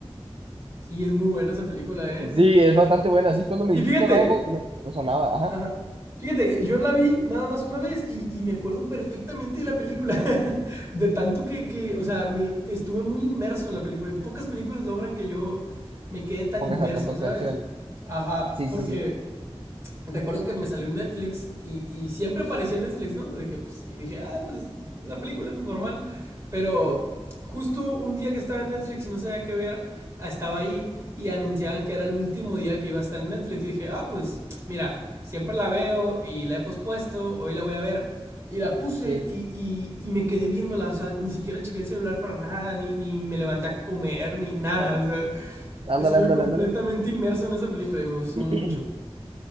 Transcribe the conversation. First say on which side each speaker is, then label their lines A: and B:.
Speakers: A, on the right; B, on the right.
A: Sí, es muy buena esa película, ¿eh?
B: Sí, es bastante buena. Sí, cuando me
A: Y
B: dijiste
A: fíjate,
B: Rival, me, me sonaba. Ajá,
A: ajá, fíjate, yo la vi nada más una vez y, y me acuerdo perfectamente de la película, <laughs> de tanto que, que, o sea, me, estuve muy inmerso en la película. Pocas películas logran que yo me quede tan
B: póngase
A: inmerso,
B: tanta atención.
A: ¿sabes? Ajá,
B: Sí,
A: porque
B: sí, sí,
A: recuerdo que me salió en Netflix y, y siempre aparecía en Netflix, ¿no? De que, pues, y dije, ah, pues, la película, normal. Pero
B: sí,
A: justo un día que estaba en Netflix y no sabía qué ver, estaba ahí y anunciaban que era el último día que iba a estar en Netflix. Y dije, ah, pues, mira, siempre la veo y la he pospuesto, hoy la voy a ver. Y la puse
B: sí.
A: y, y, y me quedé viéndola, o sea, ni siquiera chequé el celular para nada, ni, ni me levanté a comer, ni nada, o sea,
B: Ándale,
A: estuve
B: ándale,
A: completamente
B: ándale.
A: inmerso en esa película y me gustó
B: <clears throat>
A: mucho.